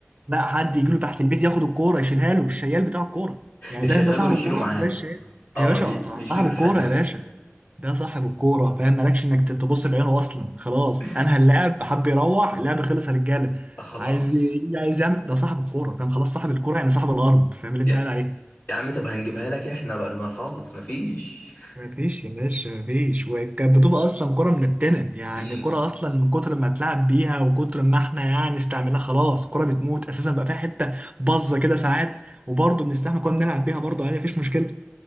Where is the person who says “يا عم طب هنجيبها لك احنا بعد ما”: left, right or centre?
Left